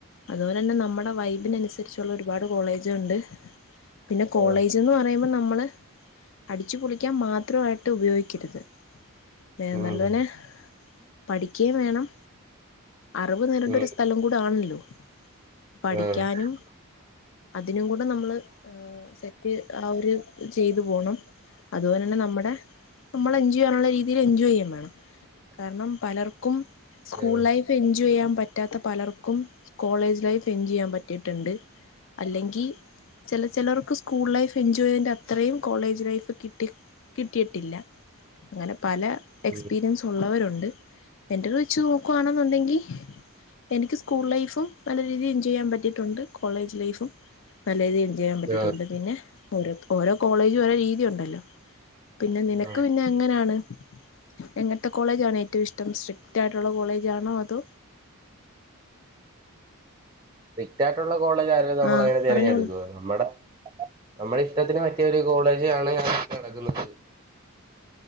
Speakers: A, on the left; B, on the right.
A: അതുപോലെന്നെ നമ്മടെ വൈബിനനുസരിച്ചുള്ള ഒരുപാട് കോളേജ് ഇണ്ട് പിന്നെ കോളേജ്ന്ന്
B: ആ
A: പറയുമ്പോ നമ്മള് അടിച്ചുപൊളി ക്കാൻ മാത്രവായിട്ട് ഉപയോഗിക്കരുത് വേ
B: ഉം
A: നല്ലതിന് പഠിക്കേം വേണം അറിവ് നേടണ്ട
B: ഉം
A: ഒരു സ്ഥലം കൂടെ ആൺല്ലോ പഠിക്കാനും
B: ആ ആ
A: അതിനും കൂടെ നമ്മള് സെറ്റ് ആ ഒരു ചെയ്തു പോണം ങ്ങനെന്നെ നമ്മടെ നമ്മള് എൻജോയ്യാനുള്ള രീതിയിൽ എൻജോയ് യ്യേ വേണം കാരണം പലർക്കും സ്കൂൾ
B: ഉം
A: ലൈഫ് എൻജോയ് ചെയ്യാൻ പറ്റാത്ത പലർക്കും കോളേജ് ലൈഫ് എൻജോയ് എയ്യാൻ പറ്റിട്ടുണ്ട് അല്ലെങ്കി ചെല ചെലർക്ക് സ്കൂൾ ലൈഫ് എൻജോയ് ന്റെ അത്രയും കോളേജ് ലൈഫ് കിട്ടി കിട്ടിയിട്ടില്ല അങ്ങനെ പല എക്സ്പീരിയൻസ്
B: ഉം
A: ഉള്ളവരുണ്ട്. എന്റെ ഒരു വെച്ച് നോക്കുവാണെന്നുണ്ടെങ്കിൽ എനിക്ക് സ്കൂൾ ലൈഫും നല്ല രീതിയിൽ എൻജോയ് ചെയ്യാൻ പറ്റി ഉണ്ട് കോളേജ് ലൈഫ്യും നല്ല രീതിയിൽ എൻജോയ് ചെയ്യാൻ പറ്റിയിട്ടുണ്ട്.
B: ആ
A: പിന്നെ ഓരോ ഓരോ കോളേജും ഓരോ രീതി ഉണ്ടല്ലോ. പിന്നെ
B: ആ
A: നിനക്ക് പിന്നെ എങ്ങനെയാണ് എങ്ങനത്തെ കോളേജ് ആണ് ഏറ്റവും ഇഷ്ടം. ഏറ്റവും സ്ട്രിക്റ്റ് ആയിട്ടുള്ള കോളേജാണോ അതോ
B: സ്ട്രിക്റ്റ് ആയിട്ടുള്ള കോളേജ് ആയിരുന്നെങ്കിൽ നമ്മൾ
A: ആഹ്
B: അങ്ങനെ
A: പറഞ്ഞോളൂ
B: തിരഞ്ഞെടുക്ക മാഡം. നമ്മളി <unintelligible> പറ്റിയ ഒരു കോളേജ് ആണ് ഞാൻ നോക്കി നടക്കുന്നത്.